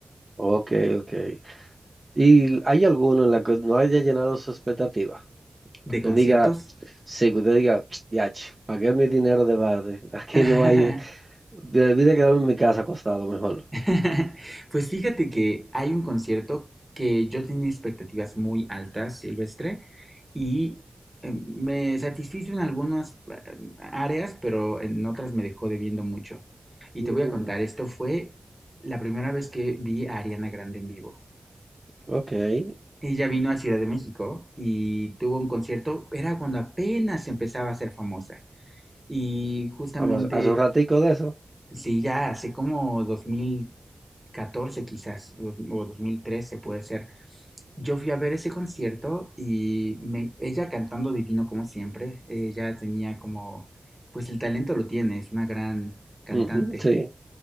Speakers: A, on the right; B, in the centre.
A: Ok, ok. ¿Y hay alguno en la que no haya llenado su expectativa?
B: ¿De
A: Que te
B: conciertos?
A: diga, sí, que te diga, ya, pagué mi dinero de barde. <laughs> Aquí
B: <laughs>
A: no hay Debí de quedarme en mi casa acostado mejor.
B: <laughs> Pues fíjate que hay un concierto que yo tenía expectativas muy altas, Silvestre, y eh, me satisfizo en algunas eh, áreas, pero en otras me dejó debiendo mucho. Y
A: Mm,
B: te voy a contar, esto fue la primera vez que vi a Ariana Grande en vivo.
A: ok.
B: Ella vino a Ciudad de México y tuvo un concierto, era cuando apenas empezaba a ser famosa. Y justamente
A: Ah, pues, Hace un ratico de eso.
B: Sí, ya hace como dos mil catorce quizás, dos- o 2013 puede ser. Yo fui a ver ese concierto y me- ella cantando divino como siempre, ella tenía como, pues el talento lo tiene, es una gran cantante.
A: Ujú, sí.